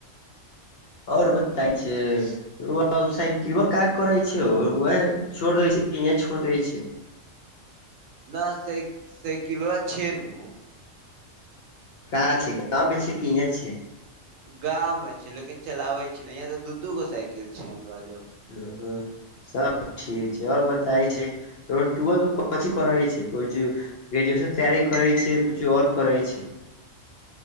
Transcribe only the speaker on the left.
आओर बताइ छै रऊआ उ साइकिलबा का करै छै वह वैह छोड़ दै छै हे छोड़ दै छै
कहाँ छै गाँवमे छै कि इहाँ छै
हँ सब ठीक छै आओर बताई छै र ट्वेल्थ कथी करै छै <unintelligible> ग्रेजुएशन तैयारी करै छै कुछु और करै छै